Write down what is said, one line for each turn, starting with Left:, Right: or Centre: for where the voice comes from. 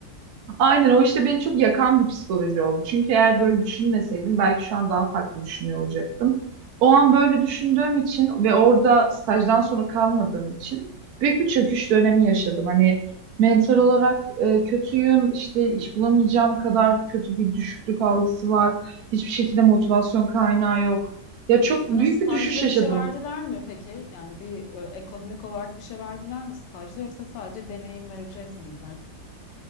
Right: Aynen o işte beni çok yakan bir psikoloji oldu. Çünkü eğer böyle düşünmeseydim belki şu an daha farklı düşünüyor olacaktım. O an böyle düşündüğüm için ve orada stajdan sonra kalmadığım için büyük bir çöküş dönemi yaşadım. Hani mental olarak e, kötüyüm, işte iş bulamayacağım kadar kötü bir düşüklük algısı var. Hiçbir şekilde motivasyon kaynağı yok. Ya çok büyük
Left: Sana stajda
Right: bir düşüş yaşadım.
Left: bir şey verdiler mi peki? Yani bir e, ekonomik olarak bir şey verdiler mi stajda yoksa sadece deneyim vereceğiz mi dediler?